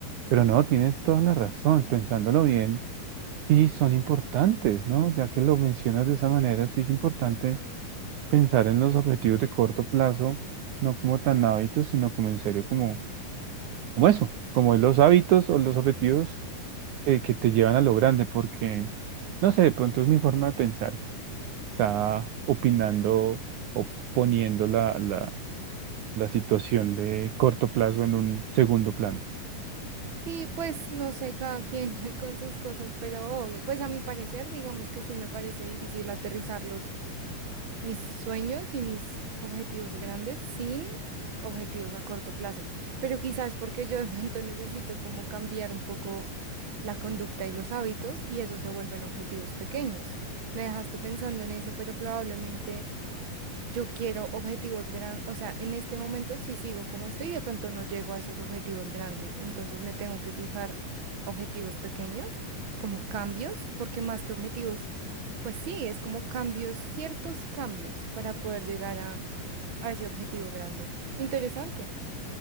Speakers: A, on the right; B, on the right.
A: Pero no, tienes toda la razón, pensándolo bien, sí son importantes, ¿no? Ya que lo mencionas de esa manera, sí es importante pensar en los objetivos de corto plazo, no como tan hábitos, sino como en serio, como, como eso, como los hábitos o los objetivos que, que te llevan a lo grande, porque, no sé, de pronto es mi forma de pensar que está opinando o poniendo la, la, la situación de corto plazo en un segundo plano.
B: Y pues no sé, cada quien <laughs> con sus cosas, pero obvio, pues a mi parecer, digamos que sí me parece difícil aterrizarlos mis sueños y mis objetivos grandes sin objetivos a corto plazo. Pero quizás porque yo de pronto necesito como cambiar un poco la conducta y los hábitos y eso se vuelven objetivos pequeños. Me dejaste pensando en eso, pero probablemente yo quiero objetivos grandes, o sea, en este momento si sigo como estoy, de pronto no llego a esos objetivos grandes, entonces me tengo que fijar objetivos pequeños, como cambios, porque más que objetivos, pues sí, es como cambios, ciertos cambios para poder llegar a, a ese objetivo grande. Interesante.